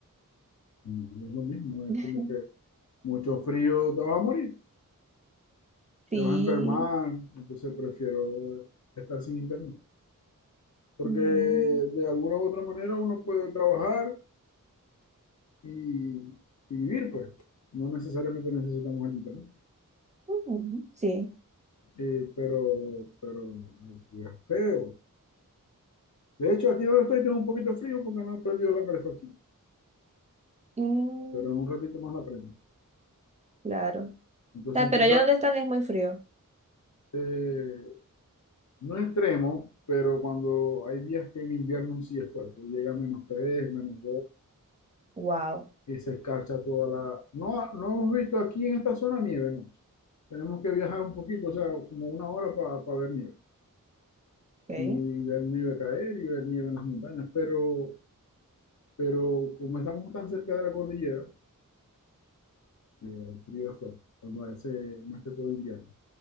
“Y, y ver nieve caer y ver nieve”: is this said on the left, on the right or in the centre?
Left